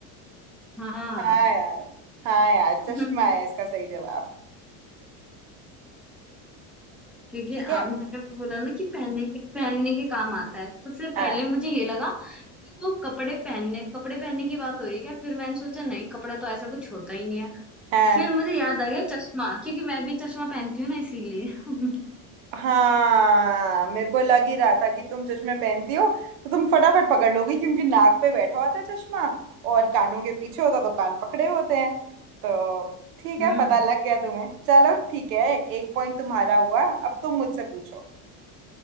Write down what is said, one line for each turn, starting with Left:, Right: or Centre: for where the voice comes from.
Centre: हाँ
Right: हाँ यार हाँ यार चश्मा
Centre: <laughs>
Right: है इसका सही जवाब
Centre: क्योंकि
Right: ठीक है
Centre: आपने बोला ना कि पहनने के पहनने के काम आता है तो फिर
Right: हाँ
Centre: पहले मुझे ये लगा कि वो कपड़े पहनने कपड़े पहनने की बात हो रही है क्या फिर मैंने सोचा नहीं कपड़ा तो ऐसा कुछ होता ही नहीं है
Right: हाँ
Centre: फिर मुझे याद आ गया चश्मा क्योंकि मैं भी चश्मा पहनती हूँ ना इसीलिए <laughs>
Right: हाँ मेरे को लग ही रहा था कि तुम चश्मे पहनती हो तो तुम फटाफट पकड़ लोगी क्योंकि नाक पे बैठा होता है चश्मा और कानों के पीछे होता तो कान पकड़े होते हैं तो ठीक
Centre: हम्म
Right: है पता लग गया तुम्हें चलो ठीक है एक पॉइंट तुम्हारा हुआ अब तुम मुझसे पूछो